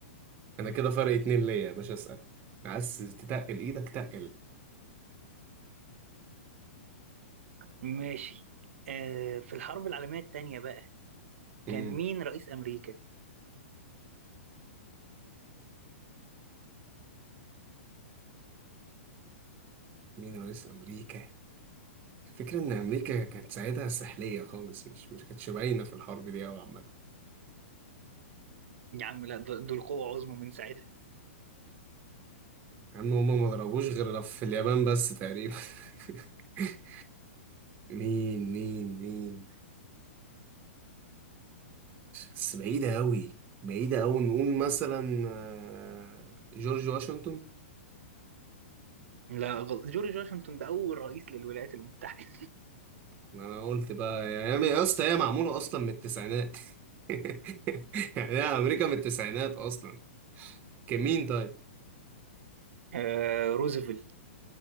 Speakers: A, on the right; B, on the right.
A: انا كده فرق اتنين ليا يا باشا اسأل عايز تتقل ايدك تقل
B: ماشي آه في الحرب العالمية التانية بقى
A: مم.
B: كان مين رئيس أمريكا؟
A: <laughs> مين رئيس امريكا الفكرة إن أمريكا كانت ساعتها سحلية خالص مش مش كانتش باينة في الحرب دي أوي عامة
B: يا عم لا دول دول قوة عظمى من ساعتها
A: عم هما ما ضربوش غير في اليابان بس تقريبا <laughs> مين مين مين بس بعيدة أوي بعيدة أوي نقول مثلا آه، جورج واشنطن
B: لا غلط جورج واشنطن ده أول رئيس للولايات المتحدة
A: ما أنا قلت بقى يا يا اسطى هي معمولة أصلا من التسعينات <laughs> يعني هي أمريكا من التسعينات أصلا كمين طيب
B: <laughs> آه روزفلت